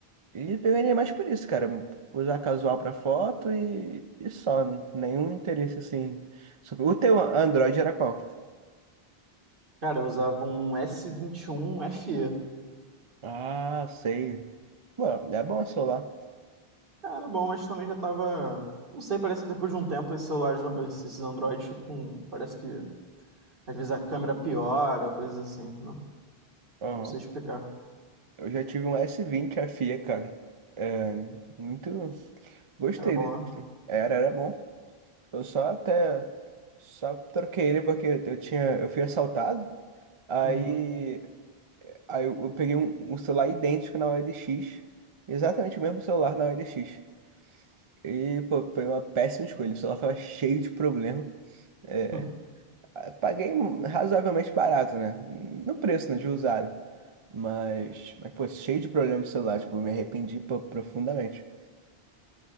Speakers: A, on the right; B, on the right.
A: E pegaria mais por isso, cara. Usar casual pra foto e, e só. Nenhum interesse assim. sobre- O teu Android era qual?
B: Cara, eu usava um S21 vinte e FE.
A: Ah, sei. Pô, é bom o celular.
B: Cara, bom, mas também já tava. Não sei, parece que depois de um tempo esses celulares, esses Androids com. Parece que às vezes a câmera piora, coisas assim, entendeu?
A: Aham.
B: Não sei explicar.
A: Eu já tive um S20 FE, cara. É, muito. Gostei
B: Era bom,
A: dele.
B: né?
A: gostei. Era, era bom. Eu só até. Só troquei ele porque eu tinha. Eu fui assaltado. Aí.
B: Uhum.
A: Aí eu eu peguei um, um celular idêntico na OLX. Exatamente o mesmo celular na OLX. E, pô, foi uma péssima escolha. O celular tava cheio de problema. É,
B: Hum.
A: paguei razoavelmente barato, né? No preço, né, de usado. Mas, mas, pô, cheio de problema com celular, tipo, eu me arrependi pô, profundamente.